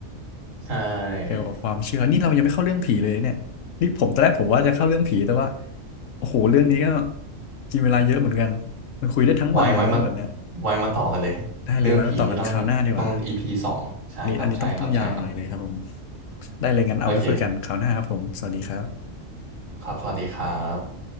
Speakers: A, on the right; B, on the left.
A: ใช่
B: เกี่ยวกับความเชื่อนี่เรายังไม่เข้าเรื่องผีเลยเนี่ย นี่ผมตอนแรกผมว่าจะเข้าเรื่องผีแต่ว่า โอ้โห เรื่องนี้ก็กินเวลาเยอะเหมือนกันมันคุยได้ทั้งวันนะเรื่องแบบเนี้ย
A: ไว้ไว้มาไว้มาต่อกันเลยเรื่องผีนี่ต้องต้องอีพ
B: ได้เลยไว้มาต่อกันคราวหน้าดีกว่า
A: p สองใช่ครับใช่ครับใช่ครับ
B: อันนี้อันนี้ต้องต้องยาวหน่อยเลยครับผม ได้เลยงั้นเอาไว้คุยกันคราวหน้าครับผมสวัสดีครับ
A: โอเคครับสวัสดีครับ